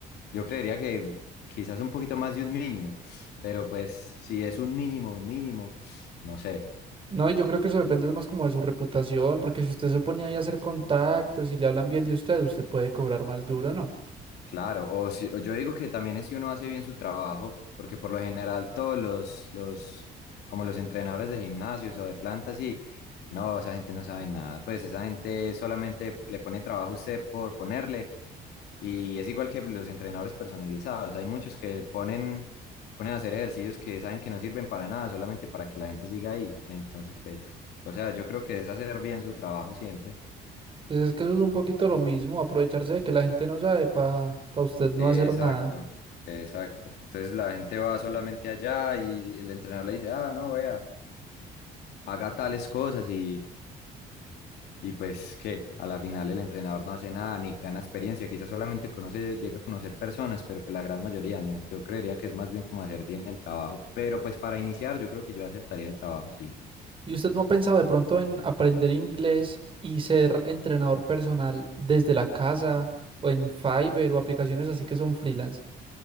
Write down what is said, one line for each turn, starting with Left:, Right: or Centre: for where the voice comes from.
Left: Yo creería que quizás un poquito más de un mínimo, pero pues si es un mínimo, un mínimo, no sé.
Right: No, y yo creo que eso depende más como de su reputación, porque si usted se pone ahí a hacer contactos y le hablan bien de usted, usted puede cobrar más duro, ¿no?
Left: Claro, o, si, o yo digo que también es si uno hace bien su trabajo, porque por lo general todos los, los, como los entrenadores de gimnasios o de plantas, sí, no, esa gente no sabe nada, pues esa gente solamente le pone trabajo a usted por ponerle, y es igual que los entrenadores personalizados, hay muchos que ponen, ponen a hacer ejercicios que saben que no sirven para nada, solamente para que la gente siga ahí, entonces pues, o sea, yo creo que es hacer bien su trabajo siempre.
Right: Entonces es que eso es un poquito lo mismo, aprovecharse de que la gente no sabe para usted no
Left: Exacto,
Right: hacer nada.
Left: exacto. Entonces la gente va solamente allá y el entrenador le dice, ah, no, vea, haga tales cosas y, y pues que a la final el entrenador no hace nada ni gana experiencia, quizás solamente conoce, llega a conocer personas, pero pues la gran mayoría no. Yo creería que es más bien como hacer bien el trabajo, pero pues para iniciar yo creo que yo aceptaría el trabajo, sí.
Right: ¿Y usted no ha pensado de pronto en aprender inglés y ser entrenador personal desde la casa o en Fiverr o aplicaciones así que son freelance?